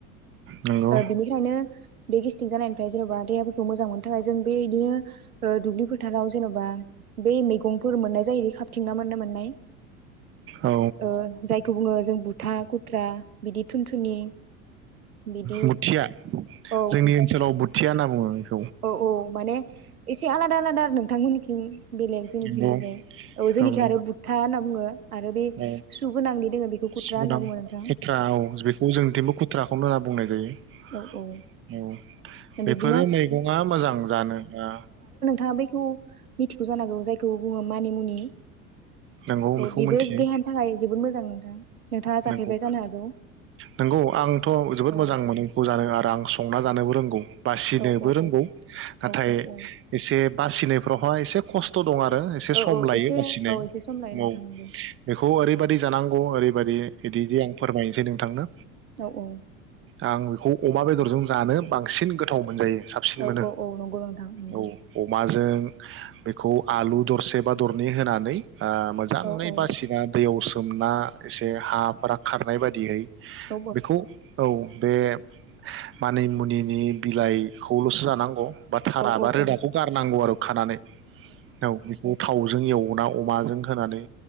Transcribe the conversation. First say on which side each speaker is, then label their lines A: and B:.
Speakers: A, on the right; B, on the right.
A: नंगौ
B: ओ बिनिखायनो बे गेस्टिक जानायनिफ्राय जेनबा देहाफोरखौ मोजां मोननो थाखाय जों बे बिदिनो दुब्लि फोथाराव जेनबा बे मैगंफोर मोननाय जायो। खाबथिंना मोन्नो मोननाय।
A: औ
B: ओ जायखौ बुङो जों गुथा खुथ्रा बिदि थुनथुनि बिदि
A: बुथिया
B: औ
A: जोंनि ओनसोलाव बुथिया ना <unintelligible>
B: औ औ माने एसे आलादा आलादा आरो नोंथांमोननिथिं बेलेग जेनिखि
A: नंगौ
B: बेलेग औ जेनिखि
A: नंगौ
B: आरो बुथ्था होन बुङो। आरो बे
A: औ
B: सु गोनांदि दोङो बेखौ गुथ्रा
A: सु‌
B: होनना
A: नां
B: बुङो नोंथां
A: खुथ्रा औ बेखौ जोंनिथिमबो खुथ्राखौनो होनना बुंनाय जायो
B: औ औ
A: औ बेफोरो
B: बिब्दिनो
A: मै गङा मोजां जानो ओ
B: या बैखौ मिथिगौ जानांगौ जायखौ बुङो मानि मुनि
A: नंगौ
B: औ
A: बेखौ
B: बेबो
A: मिथियो
B: देहानि थाखाय जोबोद मोजां नोंथां। नोंथाङा जाफेरबाय
A: नंगौ
B: जानो हागौ
A: नंगौ आंथ जोबोद
B: औ
A: मोजां मोनो बेखौ जानो आरो आं संना जानोबो रोंगौ। बासिनोबो
B: औ औ
A: रोंगौ नाथाय
B: औ औ औ
A: इसे बासिनायफ्रावहाय एसे खस्थ दं आरो। आरो एसे
B: औ
A: सम
B: औ
A: लायो
B: एसे
A: बासिनाय
B: औ एसे सम लायो नोंथां
A: औ
B: नंगौ
A: बेखौ ओरैबायदि जानांगौ ओरैबायदि बिदि जे आं फोरमायनोसै नों थांनो
B: औ औ
A: आं बेखौ अमा बेदरजों जानो बांसिन गोथाव मोनजायो साबसिन
B: औ
A: मोनो
B: औ औ नंगौ नोंथां नंगौ
A: औ अमा जों बेखौ आलु दरसे बा दरनै होनानै आ मोजाङै
B: औ औ
A: बासिना दैयाव सो सोमना एसे हा फ्रा खारनाय बायदियै
B: औ
A: बेखौ औ बे मानिमुनिनि बिलाइखौल'सो जानांगौ बा
B: औ
A: थारा बा रोदाखौ
B: औ
A: गारनांगौ आरो खानानै औ बेखौ थावजों एवना अमाजों होनानै